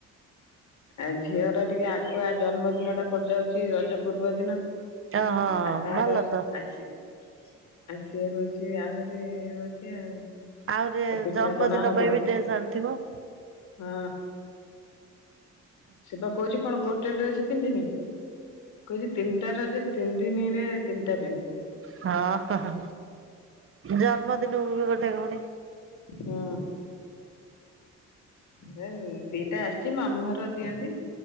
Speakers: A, on the left (about 70°); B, on the right (about 45°).
A: ଆ ଝିଅର ଟିକେ ଆଗୁଆ ଜନ୍ମଦିନ ଟା ପଡିଯାଉଛି ରଜ ପୂର୍ବ ଦିନ
B: ଓହୋ
A: ଆ ତାର
B: ଭଲ ତ
A: ଆସି ଆଉ ସିଏ ହଉଛି ଆହୁରି ଏ ହଉଛି ଆଉ
B: ଆହୁରି
A: ଆଉ ପିଠା
B: ଜନ୍ମଦିନ
A: ପଣା ହବ
B: ପାଇଁ ବି ଡ୍ରେସ ଆଣିଥିବ?
A: ହଁ। ସେ ବା କହୁଛି କଣ ଗୋଟେ ଡ୍ରେସ ପିନ୍ଧିମି କହିଛି ତିନିଟା ରଜରେ ତିନ ଦିନିରେ ତିନିଟା ପିନ୍ଧିବି।
B: ହଁ ହ ହ ଜନ୍ମଦିନକୁ ବି ଗୋଟେ ପୁଣି
A: ହୁଁ ଦେ ଦିଟା ଆସିଛି ମାମୁଁ ଘର ଦିଅନ୍ତି।